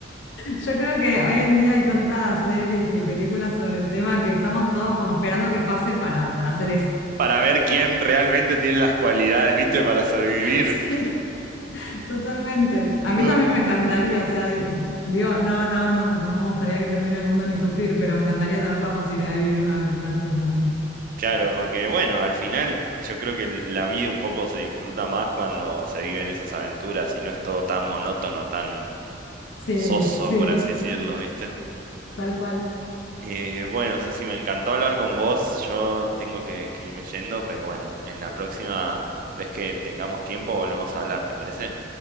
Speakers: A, on the left; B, on the right.
A: Yo creo que hoy en día hay tantas series y películas sobre el tema que estamos todos como esperando que pase para, para hacer eso.
B: para ver quién realmente tiene las cualidades, ¿viste? Para sobrevivir.
A: <laughs> Sí. Totalmente. A mí
B: <laughs>
A: también me encantaría, o sea, di- digo, no, no, no, no me gustaría que termine el mundo ni sufrir, pero me encantaría tener la posibilidad de vivir una aventura así también.
B: Claro, porque bueno, al final yo creo que la vida un poco se disfruta más cuando se viven esas aventuras y no es todo tan monótono, tan
A: Sí,
B: soso,
A: sí,
B: por así decirlo, ¿viste?
A: tal cual.
B: Eh, bueno, Ceci, me encantó hablar con vos. Yo tengo que, que irme yendo, pero bueno, en la próxima vez que tengamos tiempo volvemos a hablar, ¿te parece?